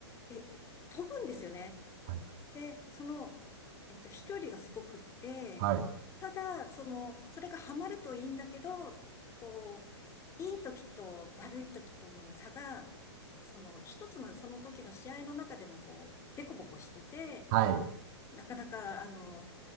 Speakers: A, on the left; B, on the right.
A: う、え、飛ぶんですよね。
B: はい、
A: で、その、えっと、飛距離がすごくって、
B: はい、
A: ただ、その、それがハマるといいんだけど、こう、いい時と悪い時との差が、その、一つのその時の試合の中でも、こう、デコボコしてて、
B: はい、
A: なかなか、あの、